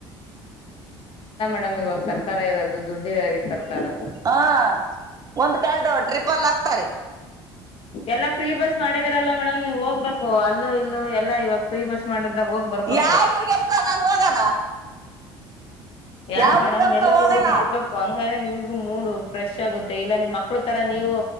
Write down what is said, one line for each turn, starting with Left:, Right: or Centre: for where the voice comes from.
Left: ನಮ್ ಇವಾಗ ಸರ್ಕಾರ ಇರೋದು ದುಡ್ಡು ಸರ್ಕಾರ
Right: ಹಾ ಒಂದ ಕಳದು ಟ್ರಿಪಲ್ ಆಗ್ತಾರೆ
Left: ಎಲ್ಲಾ ಫ್ರೀ ಬಸ್ ಮಾಡಿದಾರಲ್ಲ ಮೇಡಮ್ ನೀವ್ ಹೋಗ್ಬೇಕು ಅಲ್ಲೂ ಇಲ್ಲೂ ಎಲ್ಲಾ ಇವಾಗ ಫ್ರೀ ಬಸ್ ಮಾಡಿದಾಗ ಹೋಗ್ ಬರ್ಬೇಕು
Right: ಯಾವ ಊರ್ಗೆಮತ ನಾನು ಹೋಗಣ
Left: ಯಾಕ್
Right: ಯಾವ
Left: ಮೇಡಮ್
Right: ಊರ್ಗಂತ
Left: ಎಲ್ಲಾದ್ರೂ
Right: ಹೋಗಣ
Left: ಹೋಗ್ ಬರ್ಬೇಕು ಹಂಗ ನಿಮಗ ಮೂಡ್ ಫ್ರೆಶ್ ಆಗುತ್ತೆ ಇಲ್ಲ ನಿಮ್ ಮಕ್ಳು ತರ ನೀವು